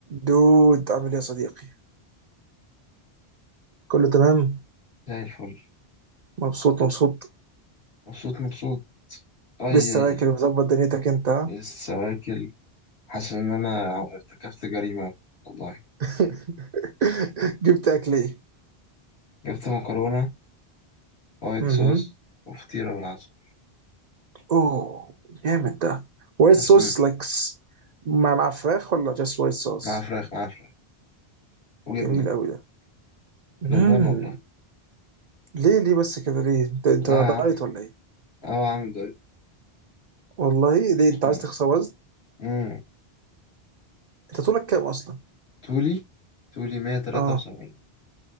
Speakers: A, on the right; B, on the left.
A: دود عامل ايه يا صديقي؟ كله تمام؟
B: زي الفل
A: مبسوط مبسوط
B: مبسوط مبسوط أي
A: لسه
B: أي
A: واكل ومظبط دنيتك انت ها؟
B: لسه واكل حاسس إن أنا ارتكبت جريمة والله
A: <laughs> جبت اكل ايه؟
B: جبت مكرونة وايت
A: اها
B: صوص وفطيرة بالعسل
A: اوه جامد ده وايت
B: حاسس
A: صوص
B: إن
A: لايك مع مع فراخ ولا جاست وايت صوص؟
B: مع فراخ مع فراخ وجبنة
A: جميل قوي ده مم.
B: ندمان والله
A: ليه ليه بس كده ليه؟ انت انت
B: لا
A: ولا
B: يا
A: دايت
B: عم
A: ولا ايه؟
B: أه عامل دايت
A: والله ليه انت
B: مم.
A: عايز تخسر وزن؟
B: مم.
A: انت طولك كام اصلا؟
B: طولي طولي مية تلاتة
A: اه
B: وسبعين